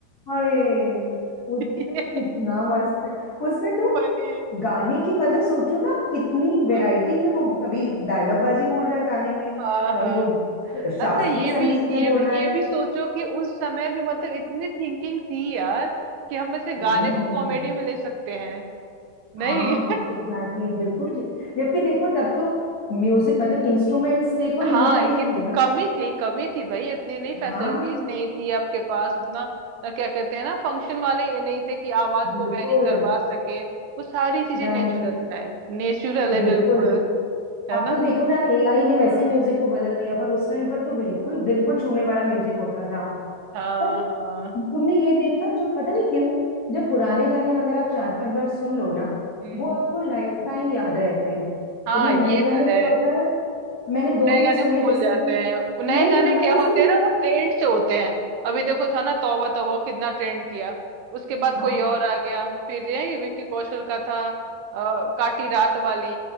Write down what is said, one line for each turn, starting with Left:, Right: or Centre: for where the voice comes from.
Left: हाय वो
Right: <laughs> ये
Left: तो कितना मस्त है उसमें तो
Right: फनी है
Left: गाने की मतलब सोचो ना कितनी वैरायटी
Right: हाँ
Left: में वो कभी डायलॉग बाजी बोल रहा है गाने में
Right: हाँ
Left: कभी
Right: हाँ।
Left: वो अ,
Right: अच्छा
Left: शास्त्रीय
Right: ये
Left: संगीत
Right: भी
Left: में
Right: ये
Left: बोल
Right: भी
Left: रहा
Right: ये
Left: है
Right: भी सोचो कि उस समय भी मतलब इतनी थिंकिंग थी यार कि हम ऐसे
Left: हम्म
Right: गाने को कॉमेडी में ले सकते हैं नहीं
Left: हाँ एग्जैक्टली exactly, बिल्कुल ठीक जबकि देखो तब तो म्यूजिक मतलब इंस्ट्रूमेंट्स देखो लिमिटेड
Right: हाँ ये
Left: ही
Right: कितनी
Left: थे ना
Right: कमी थी कमी थी भाई इतनी नहीं
Left: हाँ
Right: फैसिलिटीज नहीं थी आपके पास उतना अ, क्या कहते हैं ना फंक्शन वाले ये नहीं थे कि आवाज
Left: बिल्कुल
Right: को वेरी करवा सके वो सारी चीजें
Left: राइट
Right: नेचुरल है नेचुरल है
Left: बिल्कुल
Right: बिल्कुल है
Left: अब
Right: ना
Left: तो देखो ना एआई ने वैसे
Right: हाँ
Left: म्यूजिक को बदल दिया पर उस टाइम पर तो बिल्कुल दिल को छूने वाला म्यूजिक होता था
Right: हाँ
Left: पर
Right: हाँ
Left: तुमने ये देखा जो पता नहीं क्यों जब पुराने गाने अगर आप चार पांच बार सुन लो ना
Right: हम्म
Left: वो आपको लाइफ टाइम याद रहते हैं
Right: हाँ
Left: और ये नए
Right: ये
Left: गाने
Right: तो
Left: क्या
Right: है
Left: होता है मैंने दो
Right: नए
Left: दिन
Right: गाने
Left: सुने
Right: भूल
Left: जैसे
Right: जाते
Left: अभी
Right: हैं वो नए
Left: नहीं
Right: गाने
Left: यार
Right: क्या
Left: इसकी
Right: होते हैं ना वो ट्रेंड से होते हैं अभी देखो था ना तौबा तौबा कितना ट्रेंड किया उसके बाद
Left: हाँ
Right: कोई और आ गया फिर यही विक्की कौशल का था अ, काटी रात वाली